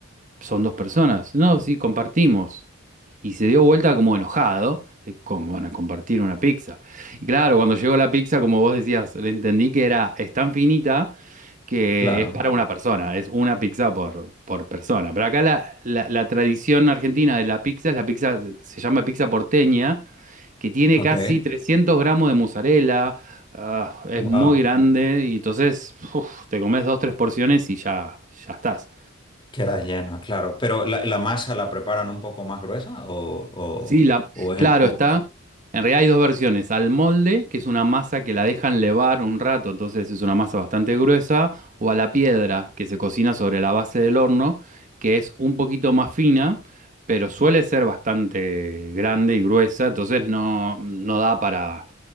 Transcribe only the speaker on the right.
son dos personas. No, sí, compartimos. Y se dio vuelta como enojado, de cómo van a compartir una pizza. Y claro, cuando llegó la pizza, como vos decías, le entendí que era, es tan finita que
es para una persona, es una pizza por, por persona. Pero acá la, la, la tradición argentina de la pizza es la pizza, se llama pizza porteña, que tiene
casi 300 gramos de mozzarella, ah, es
muy grande y entonces uf, te comes dos, tres porciones y ya, ya estás.
Sí,
la,
claro,
está. En realidad hay dos versiones. Al molde, que es una masa que la dejan levar un rato, entonces es una masa bastante gruesa, o a la piedra, que se cocina sobre la base del horno, que es un poquito más fina, pero suele ser bastante grande y gruesa, entonces no, no da para,